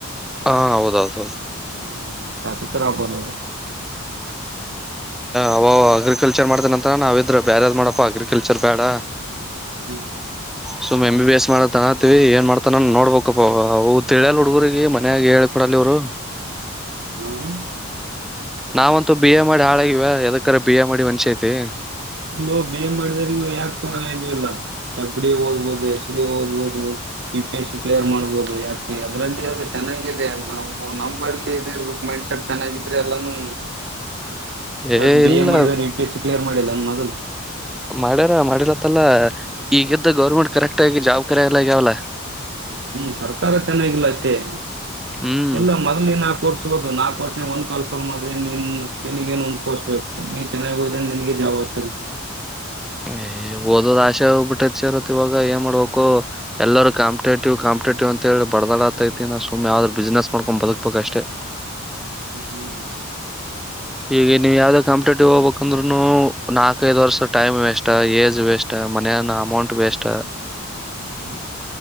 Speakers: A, in the centre; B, on the right.
A: ಹಾ ಹೌದೌದು
B: ಹ್ಮ್ ತಪತ್ರರ ಆಬೋದ <unintelligible>
A: ಅವ ಅಗ್ರಿಕಲ್ಚರ್ ಮಾಡ್ತಾನಂತ ಹತ್ರ ನಾವಿದ್ರ ಬೇಾರ ಯಾವ್ ಮಾಡಡಪ್ಪಾ ಅಗ್ರಿಕಲ್ಚರ್ ಬೇಡ
B: ಹ್ಮ
A: ಸುಮ್ ಎಂ ಬಿ ಎಸ್ ಮಾಡತತ್ತತಿವಿ ಏನ್ ಮಾಡ್ತಾನ ನೋಡ್ಬೇಕಪ್ಪದ <unintelligible> ತಿಳಿಯಲ್ ಹುಡುಗರಿಗೆ ಮನ್ಯಾಗ ಹೇಳ ಕಡಲ್ಲಿ ಅವರು
B: ಹ್ಮ್
A: ನಾವಂತೂ ಬಿ ಎ ಮಾಡಿ ಹಾಳಾಗಿವ ಯದಕ್ಕರ ಬಿ ಎ ಮಾಡಿ ಮನ್ಷ್ಯ ಐತಿ
B: ಇಲ್ಲೋ ಬಿ ಎ ಮಾಡಿದ ಯಾಕ ಇ ಇಲ್ಲ ಎಫ್ ಡಿ ಎ ಓದ್ಬೋುದು ಎಸ್ ಡಿ ಎ ಓದ್ಬೋುದು ಯ ಪಿ ಎಸ್ ಸಿ ಕ್ಲಿಯರ್ ಮಾಡ್ಬೋದು ಯಾಕ ಅದ್ರಲ್ಲಿ ಅದು ಚೆನ್ನಾಗಿದೆ ನಾವು ನಂಬಲ್ಲಿ ಇದ ಇರ್ಬೇಕ ಮೈಂಡ್ಸೆಟ್ ಚೆನ್ನಾಗಿದ್ರೆ ಎಲ್ಲಾನು ಯಾ
A: ಏ
B: ಬಿ
A: ಇಲ್ಲ
B: ಎ ಮಾಡಿದ ಪಿ ಎಸ್ ಸಿ ಕ್ಲಿಯರ್ ಮಾಡಿ <inaudible> ಹ
A: ಮಾಡ್ಯಾರ ಮಾಡಿರತ್ತಲ್ಲಾ ಈಗ್ದ ಗೌರ್ಮೆಂಟ್ ಕರೆಕ್ಟ್ ಆಗಿ ಜಾಬ್ ಕರಿ ಎಲ್ಲ ಆಗ್ಯಾವಲ್ಲ <unintelligible>
B: ಹ್ಮ್ ಸರ್ಕಾರ ಚೆನ್ನಾಗಿಲ್ಲ ಅತ್ತೇ <unintelligible>
A: ಹ್ಮ್
B: ಎಲ್ಲ ಮೊದ್ಲ ನ ಆ ಕೋರ್ಸ್ ಹೌದು ನಾಲ್ಕು ವರ್ಷಾಗ ಒಂದ್ ಕಾಲ್ ಫಾರ್ಮ್ ಆದ್ರೆ ನೀನ್ ನಿನಗ ೇನ್ ಒಂದ್ ಪೋಸ್ಟ್ ಬೇಕು ನೀ ಚೆನ್ನಾಗಿ ಹೋದೆ ನನ್ಗೆ ಜಾಬ್ ಆಗ್ತದೆ
A: ಏ ಓದೋದ್ ಆಶೆ ಹೋಗ್ಬಿಟ್ಟೈತಿ ಇರತ್ತತ್ ಇವಾಗ ಏನ್ ಮಾಡ್ಬೇಕು ಎಲ್ಲರೂ ಕಾಂಪಿಟೇಟಿವ್ ಕಾಂಿಟೇಟಿವ್ ಅಂತ ಹೇಳಿ ಬಡದಾಡತೈತಿ ನಾ ಸುಮ್ ಯಾವ್ದ್ರರು ಬಿಸ್ನೆಸ್ ಮಾಡ್ಕೊಂಡ್ ಬದುಕ್ಬೇಕಷ್ಟೇ <unintelligible>
B: ಹ್ಮ್ ಹ್ಮ್
A: ಈಗ ನೀವು
B: ನೋಡಣ.
A: ಯಾವ್ದೋ ಕಂಪಟೇಟಿವ್ ಹೋಗಬೇಕು ಅಂದ್ರುನು ನಾಕೈದ್ ವರ್ಷ ಟೈಮ್ ವೇಸ್ ಏಜ್ ವೇಸ್ ಮನ್ಯಾನ ಅಮೌಂಟ್ ವೇಸ್ <unintelligible>
B: ಹ್ಮ್